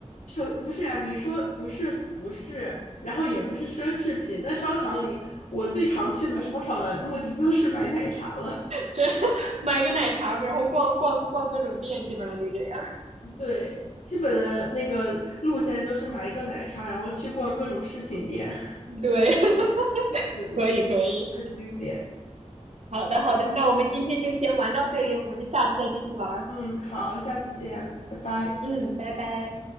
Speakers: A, on the left; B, on the right.
A: 手，不是啊，你说不是服饰，然后也不是奢侈品，那商场里我最常去的商场的目的就是买奶茶了，
B: 这 <laughs> 买个奶茶，然后逛逛逛各种店，基本上就这样。
A: <laughs> 对。基本的那个路线就是买一个奶茶，然后去逛各种饰品店，
B: 对，<laughs>
A: 对，
B: 可以可以，
A: 很经典。
B: 好的好的，那我们今天就先玩到这里，我们就下次再继续玩儿
A: 嗯，好，下次见，拜拜。
B: 嗯，拜拜。